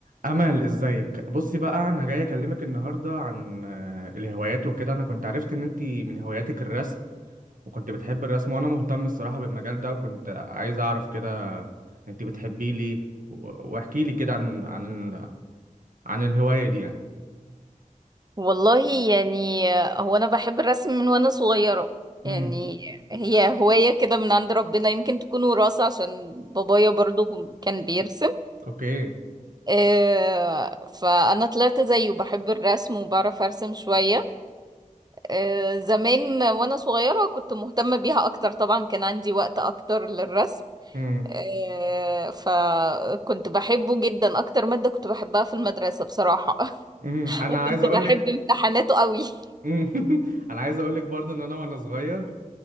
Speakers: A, on the right (about 75°); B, on the right (about 30°).
A: أمل ازيك بصي بقى أنا جاي أكلمك النهاردة عن آه، الهوايات وكده أنا كنت عرفت إن أنتي من هواياتك الرسم وكنت بتحب الرسم وأنا مهتم الصراحة بالمجال ده وكنت عايز أعرف كده أنتي بتحبيه ليه و- واحكي لي كده عن عن عن الهواية دي يعني
B: والله يعني هو انا بحب الرسم من وانا صغيرة يعني
A: امم
B: هي هواية كده من عند ربنا يمكن تكون وراثة عشان بابايا برضو كان بيرسم
A: أوكي
B: آه، فانا طلعت زيه بحب الرسم وبعرف ارسم شوية آه، زمان وانا صغيرة كنت مهتمة بيها اكتر طبعا كان عندي وقت اكتر للرسم
A: امم
B: آه، فكنت بحبه جدا اكتر مادة كنت بحبها في المدرسة بصراحة <laughs>
A: امم أنا
B: وكنت
A: عايز أقول
B: بحب
A: لك
B: امتحاناته قوي
A: <laughs> أنا عايز أقول لك برضه إن أنا وأنا صغير